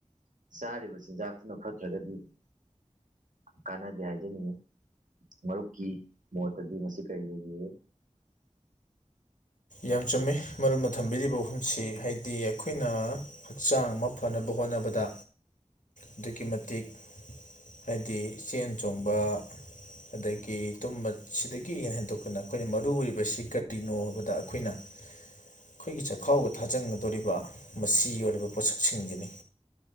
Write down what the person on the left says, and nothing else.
ꯌꯥꯝ ꯆꯨꯝꯃꯦ ꯃꯔꯝꯅ ꯊꯝꯕꯤꯔꯤꯕ ꯋꯥꯐꯝꯁꯤ ꯍꯥꯏꯗꯤ ꯑꯩꯈꯣꯏꯅ ꯍꯛꯆꯥꯡ ꯑꯃ ꯐꯅꯕ ꯍꯣꯠꯅꯕꯗ ꯑꯗꯨꯛꯀꯤ ꯃꯇꯤꯛ ꯍꯥꯏꯗꯤ ꯆꯦꯟ ꯆꯣꯡꯕ ꯑꯗꯒꯤ ꯇꯨꯝꯕꯁꯤꯗꯒꯤ ꯍꯦꯟꯗꯣꯛꯀꯅ ꯑꯩꯈꯣꯏꯅ ꯃꯔꯨ ꯑꯣꯏꯔꯤꯕꯁꯤ ꯀꯔꯤꯅꯣ ꯍꯥꯏꯕꯗ ꯑꯩꯈꯣꯏꯅ ꯑꯩꯈꯣꯏꯒꯤ ꯆꯈꯥꯎꯒ ꯊꯥꯖꯟꯒꯗꯧꯔꯤꯕ ꯃꯁꯤꯒꯤ ꯑꯣꯏꯔꯤꯕ ꯄꯣꯠꯁꯛꯁꯤꯡꯁꯤꯅꯤ